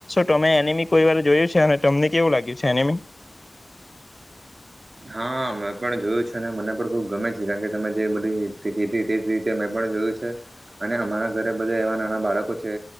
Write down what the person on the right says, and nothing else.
હા મેં પણ જોયું છે અને મને પણ ખુબ ગમે છે કારણ કે તમે જે બધી તે રીતે મે પણ જોયું છે, અને અમારા ઘરે બધા એવા નાના બાળકો છે